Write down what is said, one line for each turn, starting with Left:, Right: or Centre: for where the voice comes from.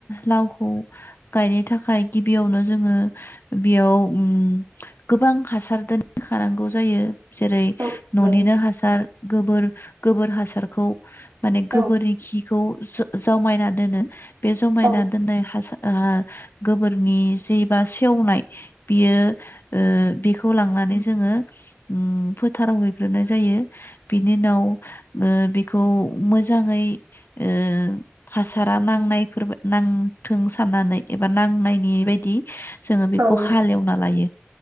Left: लावखौ गायनो थाखाय गिबियावनो जोङो बेयाव ओ‌ गोबां हासार दोनखानांगौ जायो जेरै
Right: औ
Left: न'निनो
Right: नंगौ नोंथां
Left: हासार गोबोर गोबोर हासारखौ माने गोबोरनि
Right: औ
Left: खिखौ जमायना दोनो बे जमायना
Right: औ
Left: दोन्नाय हासार ओ गोबोरनि जेबा सेवनाय बियो बे खौ लांनानै जोङो ओम फोथाराव हैग्रोनाय जायो बिनि उनाव ओ बेखौ मोजाङै ओ हासारा नाङो <unintelligible> नांथों साननानै एबा नांनायनि बायदि जोङो बेखौ
Right: औ नोंथां।
Left: हालेवना लायो